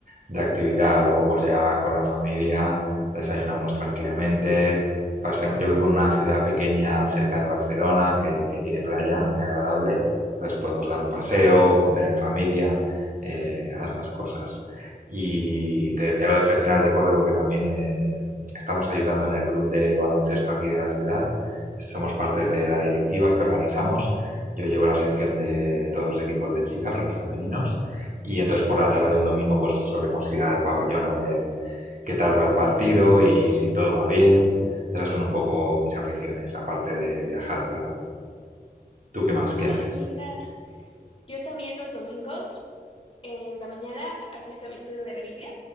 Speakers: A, on the right (about 55°); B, on the left (about 35°).
A: de actividad. Luego, pues ya con la familia desayunamos tranquilamente. paseamos- Yo vivo en una ciudad pequeña cerca de Barcelona que, que tiene playa muy agradable. Entonces podemos dar un paseo, comer en familia, eh, a estas cosas. Y te decía lo de gestionar el deporte porque también eh, estamos ayudando en el club de baloncesto aquí de la ciudad. Somos parte de la directiva que organizamos. Yo llevo la sección de todos los equipos de chicas, los femeninos. Y entonces por la tarde de un domingo pues solemos ir al pabellón a ver qué tal va el partido y si todo va bien. Esas son un poco mis aficiones, aparte de viajar, claro. ¿Tú qué más? ¿Qué
B: Ay,
A: haces?
B: mira. Yo también los domingos en la mañana asisto a mi estudio de la Biblia